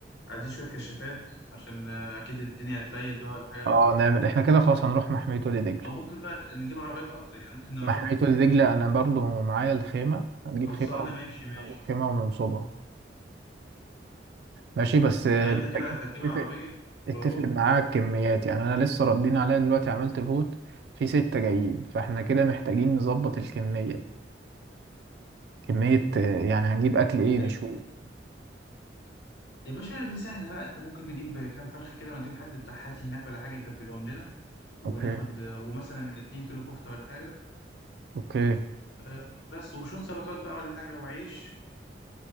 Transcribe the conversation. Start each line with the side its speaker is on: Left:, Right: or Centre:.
Left: عايزين شوية كشافات عشان آه، اكيد الدنيا هتليل بقى ولا حاجة
Right: اه نعمل احنا كده خلاص هنروح محمية وادي دجلة
Left: او ممكن بقى نجيب عربيات اكتر يعني ممكن ندور
Right: محمية وادي دجلة انا برضه معايا الخيمة هنجيب
Left: خلصانة
Right: خيمة و...
Left: ماشي ماشي
Right: هنجيب خيمة وننصبها ماشي بس آه،
Left: طب انت
Right: محتاجين
Left: كده هتجيب العربية
Right: اتفق
Left: و...
Right: معاك كميات يعني انا لسه ردين عليا دلوقتي عملت فوت في ستة جايين فاحنا كده محتاجين نظبط الكمية كمية آه، يعني هنجيب اكل ايه نشويه
Left: ال- يا باشا دي سهلة بقى انت ممكن نجيب كام فرخة كده نديهم حد بتاع حاتي هناك ولا حاجة يتبلهم لنا وناخد
Right: اوكي
Left: آه، ومثلا 2 كيلو كفتة ولا حاجة
Right: اوكي
Left: آه، بس وشوية سلطات بقى ولا حاجة وعيش